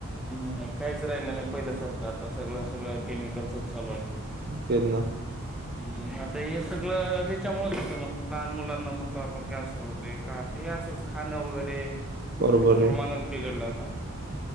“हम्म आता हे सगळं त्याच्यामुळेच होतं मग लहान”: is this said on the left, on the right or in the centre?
Centre